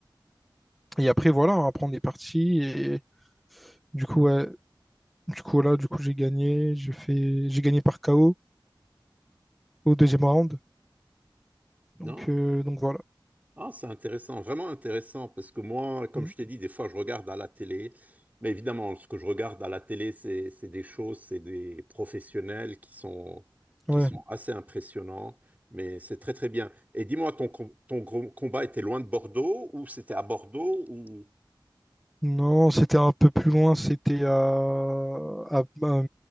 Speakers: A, in the centre; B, on the right.
A: Et après, voilà, après, on est parti. Et du coup, ouais, du coup, voilà, du coup, j'ai gagné. J'ai fait... j'ai gagné par KO au deuxième round.
B: Non.
A: Donc, euh, donc voilà.
B: Ah, c'est intéressant, vraiment intéressant, parce que moi, comme
A: Mm.
B: je t'ai dit, des fois, je regarde à la télé. Mais évidemment, ce que je regarde à la télé, c'est, c'est des choses, c'est des professionnels qui sont,
A: Ouais.
B: qui sont assez impressionnants. Mais c'est très, très bien. Et dis-moi, ton, com- ton gros combat était loin de Bordeaux ou c'était à Bordeaux ou...
A: Non, c'était un peu plus loin. C'était à... à- à-